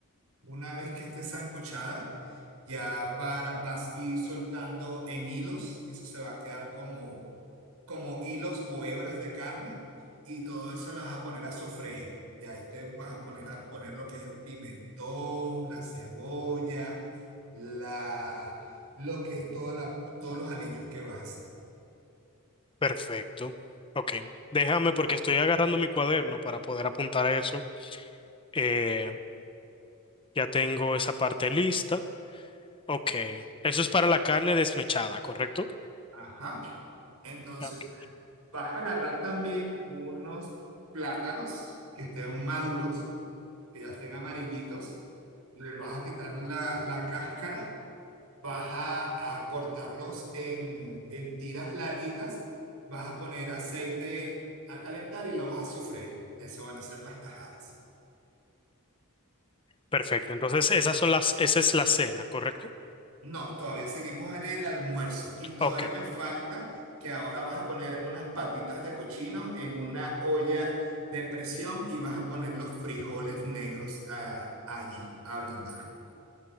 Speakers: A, on the right; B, on the left.
A: Una vez que esté sancochada, ya va- vas a ir soltando en hilos. Eso se va a quedar como, como hilos o hebras de carne. Y todo eso las vas a poner a sofreír. Y ahí te vas a poner a poner lo que es el pimentón, la cebolla, la, lo que es toda la, todos los aliños que vas a hacer.
B: Perfecto. Ok, déjame porque estoy agarrando mi cuaderno para poder apuntar eso. Eh, ya tengo esa parte lista. Ok, eso es para la carne desmechada, ¿correcto?
A: Ajá. Entonces,
B: Ok.
A: vas a agarrar también unos plátanos que estén maduros que ya estén amarillitos, les vas a quitar la, la cáscara, vas a, a cortarlos en, en tiras larguitas, vas a poner aceite a calentar y lo vas a sofreír. Eso van a ser las tajadas.
B: Perfecto, entonces esas son las, esa es la cena, ¿correcto?
A: No, todavía seguimos en el almuerzo y todavía
B: Ok,
A: me falta que ahora vas a poner unas patitas de cochino en una olla de presión y vas a poner los frijoles negros ah, allí a ablandar.